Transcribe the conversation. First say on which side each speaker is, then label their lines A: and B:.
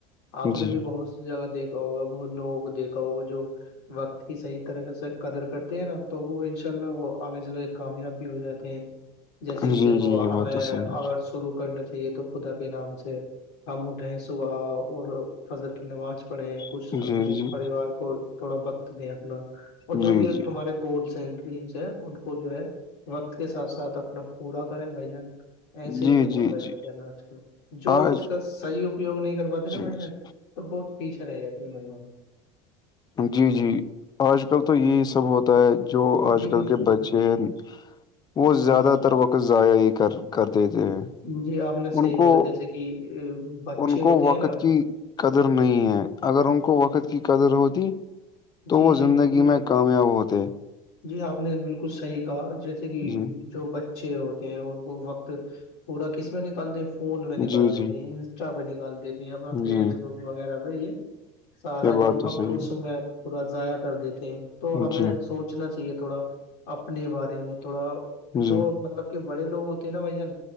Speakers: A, on the left (about 80°); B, on the left (about 30°).
A: آپ
B: جی
A: نے بھی بہت س جگہ دیک دیکھا ہوگا بہت لوگوں کو دیکھا ہوگا جو وقت کی صح طریقے سے قدر کرتے ہیں نا تو وہ ان شاء اللہ وہ آگے چل کے کامیاب بھی ہو جاتے ہیں جیسے
B: جی
A: کہ دیکھو
B: جی یہ
A: ہمیں
B: بات تو صحیح
A: اگر شروع کرنا چاہیے تو خدا کے نام سے ہم اٹھے صبح اور فضر کی نماز پڑھیں کچھ
B: ہے جی
A: اپنے
B: جی
A: پریوار کو تھوڑا وقت دیں اپنا اور
B: جی
A: جو بھی
B: جی
A: تمہارے گولس ہیں ڈس ہے ان کو جو ہے وقت کے ساتھ ساتھ اپنا پورا کریں بھائی جان ایسے ہی
B: جی
A: ہوتا
B: جی
A: ہے
B: جی
A: بھائی جانا آج کل جو
B: آج
A: اس کا صحیح اپیوگ نہیں کر پاتے نا
B: جی
A: بھائی جان
B: جی
A: تو بہت پیچھے رہ جی ہے مج میں
B: جی جی آج کل تو یہی سب ہوتا ہے جو آج
A: جی بالکل
B: کل کے بچے ہیں وہ
A: بالکل۔
B: زیادہ
A: جی
B: تر وقت ضائع ہی کر کر دیتے ہیں
A: جی آپ نے صحیح
B: ان کو
A: بولا جیسے کہ بچے
B: ان کو
A: ہوتے ہیں
B: وقت
A: نا
B: کی قدر نہیں
A: جی
B: ہے اگر ان کو وقت کی قدر ہوتی تو
A: جی
B: وہ
A: جی
B: زندگی
A: بالکل بالکل
B: میں کامیاب ہوتے
A: جی آپ نے بالکل صحیح کہا جیسے کہ
B: جی
A: جو ب اچے ہوتے ہیں ان کو وقت پورا کس میں نکالتے فون میں نکال
B: جی
A: دیتے
B: جی
A: ٹا پہ نکال دیتی ہے اپنا فیس
B: جی
A: بک وغیرہ پہ یہ سارا
B: یہ
A: جو
B: بات تو
A: وقت
B: صحیح
A: اس میں پورا ضائع کر دیتے ہیں تو
B: ہے
A: ہمیں
B: جی
A: سوچنا چاہیے تھوڑا اپنے بارے میں تھوڑا
B: جی
A: جو مطلب کہ بڑے لوگ ہوتے ہیں نا بھائی جان